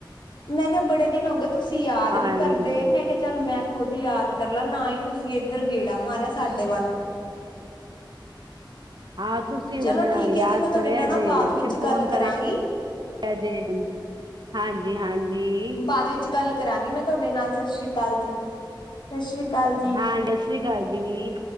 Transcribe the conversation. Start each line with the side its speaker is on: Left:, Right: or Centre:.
Left: ਮੈਂ ਕਿਹਾ ਬੜੇ ਦਿਨ ਹੋ ਗਏ ਤੁਸੀਂ ਯਾਦ
Right: ਹਾਂਜੀ
Left: ਨਹੀਂ ਕਰਦੇ ਮੈਂ ਕਿਹਾ। ਚੱਲ ਮੈਂ ਖੁਦ ਯਾਦ ਕਰ ਲਾਂ ਨਾ ਹੀ ਤੁਸੀਂ ਇੱਧਰ ਗੇੜਾ ਮਾਰਿਆ ਸਾਡੇ ਵੱਲ।
Right: ਹਾਂ ਤੁਸੀਂ
Left: ਚਲੋ
Right: ਹੁਣ
Left: ਠੀਕ
Right: ਯਾਦ
Left: ਹੈ ਜੀ ਮੈਂ ਤੁਹਾਡੇ
Right: ਕਰਿਆ
Left: ਨਾਲ
Right: ਜੇ
Left: ਨਾ ਬਾਅਦ ਵਿੱਚ
Right: ਫਿਰ ਫੋਨ
Left: ਗੱਲ
Right: ਕਰਿਆ
Left: ਕਰਾਂਗੀ
Right: ਜੇ। ਹਾਂਜੀ-ਹਾਂਜੀ।
Left: ਬਾਅਦ ਵਿੱਚ ਗੱਲ ਕਰਾਂਗੀ ਮੈਂ ਤੁਹਾਡੇ ਨਾਲ ਸਤਿ ਸ਼੍ਰੀ ਅਕਾਲ ਜੀ, ਸਤਿ ਸ਼੍ਰੀ ਅਕਾਲ ਜੀ।
Right: ਹਾਂ, ਸਤਿ ਸ੍ਰੀ ਅਕਾਲ ਜੀ।